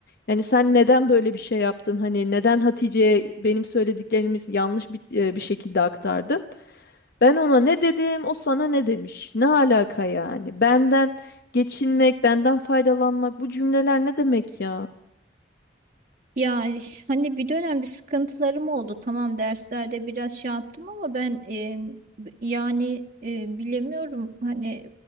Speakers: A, on the left (about 60°); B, on the right (about 50°).
A: Yani sen neden böyle bir şey yaptın? Hani neden Hatice'ye benim söylediklerimiz yanlış bir, e, bir şekilde aktardın? Ben ona ne dedim, o sana ne demiş? Ne alaka yani? Benden geçinmek, benden faydalanmak bu cümleler ne demek ya?
B: Ya iş- hani bir dönem bir sıkıntılarım oldu. Tamam derslerde biraz şey yaptım ama ben e, b- yani e, bilemiyorum. Hani